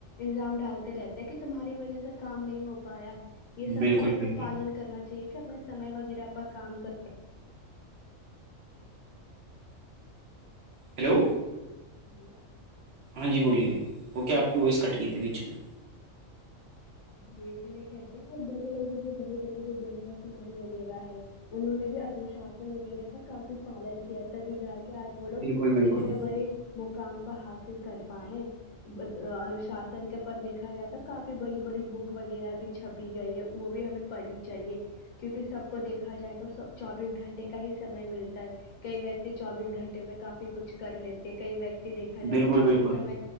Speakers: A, on the left; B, on the right.
A: الزام ڈالتے رہتے کہ تمہاری وجہ سے کام نہیں ہو پایا یہ سب
B: بالکل
A: کا بھی ہمیں
B: بالکل
A: پالن کرنا چاہیے کہ اپنے سمے وغیرہ اپ کام کر
B: ہیلو
A: ہیلو
B: ہاں جی بولیے وہ کیا آپ کی وائس کٹ گئی تھی بیچ میں
A: جی اس لیے کہتے ہیں اور بڑے لوگ جو بڑے بڑے جو بزنس مین وغیرہ ہے انہوں نے بھی انوشاسن وغیرہ کا کافی پالن کیا تھا تبھی جا کے آج وہ لوگ
B: بالکل بالکل
A: اتنے بڑے مقام پر حاصل کر پائے ہیں انشاسن کے پر دیکھا جائےا کافی بڑی بڑی بک وغیرہ بھی چھپی گئی ہے وہ بھی ہمیں پڑھنی چاہیے کیونکہ سب کو دیکھا جائے تو چوبیس گھنٹے کا ہی سمے ملتا ہے کئی ویکتی چوبیس گھنٹے میں کافی کچھ کر لیتے کئی ویکتی دیکا جائے
B: بالکل
A: تو کافی
B: بالکل
A: سم